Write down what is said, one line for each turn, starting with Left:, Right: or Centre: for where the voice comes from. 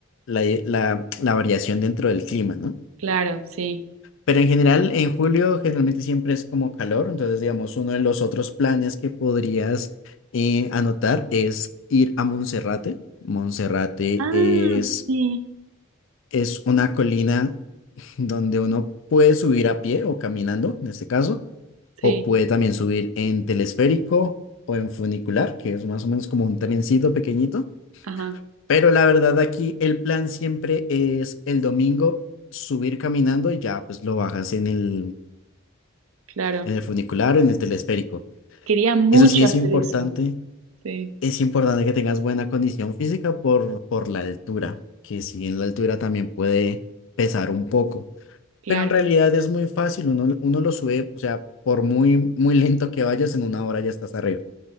Left: la, la la variación dentro del clima, ¿no?
Right: claro, sí.
Left: Pero en general, en julio generalmente siempre es como calor, entonces digamos, uno de los otros planes que podrías eh, anotar es ir a Monserrate. Monserrate
Right: Ah,
Left: es,
Right: sí.
Left: es una colina donde uno puede subir a pie o caminando, en este caso, o
Right: Sí,
Left: puede también subir en telesférico o en funicular, que es más o menos como un trencito pequeñito.
Right: ajá,
Left: Pero la verdad aquí el plan siempre es el domingo subir caminando y ya pues lo bajas en el
Right: claro.
Left: en el funicular o en el telesférico.
Right: Quería mucho
Left: Eso sí es
Right: hacer
Left: importante.
Right: eso. Sí,
Left: Es importante que tengas buena condición física por, por la altura, que si en la altura también puede pesar un poco.
Right: claro.
Left: Pero en realidad es muy fácil, uno, uno lo sube, o sea, por muy, muy lento que vayas, en una hora ya estás arriba.